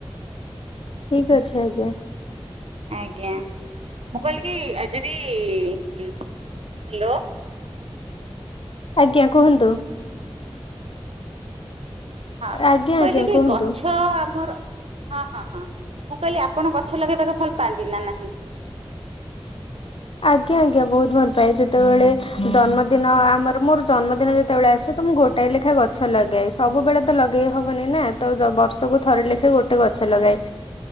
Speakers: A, on the left; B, on the right.
A: ଠିକ ଅଛ ଆଜ୍ଞା
B: ଆଜ୍ଞା ମୁ କିଲ କି ଆଜରି ହ୍ୟାଲୋ
A: ଆଜ୍ଞା କୁହନ୍ତୁ।
B: ହଁ ମୁଁ
A: ଆଜ୍ଞା
B: କହିଲି
A: ଆଜ୍ଞା
B: କି
A: କୁହନ୍ତୁ।
B: ଗଛ ଆମର ହଁ ହଁ ହଁ ମୁଁ କହିଲି ଆପଣ ଗଛ ଲଗେଇବାକୁ ଭଲ ପାଆନ୍ତି ନା ନାହିଁ।
A: ଆଜ୍ଞା ଆଜ୍ଞା ବହୁତ ଭଲ ପାାଏ ଯେତେବେଳେ ଜନ୍ମଦିନ ଆମର ମୋର ଜନ୍ମଦିନ ଯେତେବେଳେ ଆସେ ତ ମୁଁ ଗୋଟାଏ ଲେଖାଏଁ ଗଛ ଲଗାଏ ସବୁବେଳେ ତ ଲଗେଇ ହବନି ନା ତ ବର୍ଷକୁ ଥରେ ଲେଖାଏ ଗୋଟେ ଗଛ ଲଗାଏ